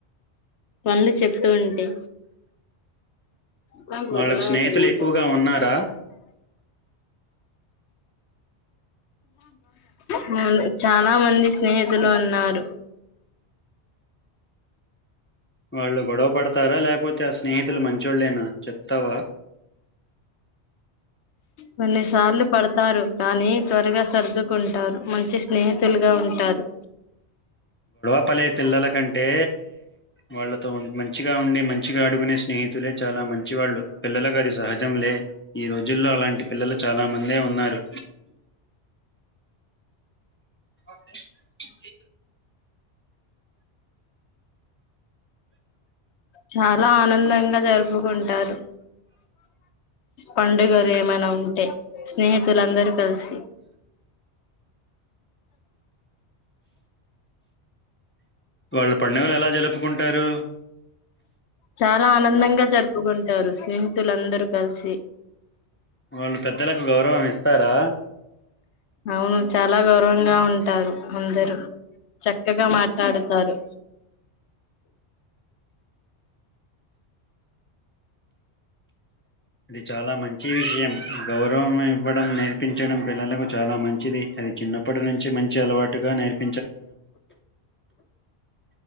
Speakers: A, on the left (about 75°); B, on the left (about 15°).
A: పనులు చెప్తూ ఉంటే బ్యాంకు
B: వాళ్ళకు
A: పోతున
B: స్నేహితులు
A: ఒకరు
B: ఎక్కువగా ఉన్నారా
A: ను చానా మంది స్నేహితులు ఉన్నారు
B: వాళ్ళు గొడవ పడతారా లేకపోతే ఆ స్నేహితులు మంచోళ్లేనా చెప్ తవా
A: కొన్ని సార్లు పడతారు కానీ త్వరగా సర్దుకుంటారు మం చి స్నేహితులుగా ఉంటారు
B: చెప్పలే పిల్లల కంటే వాళ్ళతో మంచిగా ఉండి మంచిగా ఆడుకునే స్నేహితులే చాలా మంచివాళ్ళు పిల్లలకు అది సహజం లే ఈ రోజుల్లో అలాంటి పిల్లలు చాలా మందే ఉన్నారు ఓకే
A: చాలా ఆనందంగా జరుపుకుంటారు పండుగలు ఏమైనా ఉంటే స్నేహితులుందరు కలిసి
B: వాళ్ళు పండుగలు ఎలా జరుపుకుంటారు
A: చాలా ఆనందంగా జరుపుకుంటారు స్నేహితులుందరూ కలిసి
B: వాళ్ళు పెద్దలకు గౌరవం ఇస్తారా
A: అవును చాలా గౌరవంగా ఉంటారు అందరు చక్కగా మాట్లాడుతారు
B: ఇది చాలా మంచి విషయం గౌరవం ఇవ్వడం నేర్పించడం పిల్లలకు చాలా మంచిది అది చిన్నప్ ఇప్పుడు నుంచి మంచి అలవాటుగా నేర్పి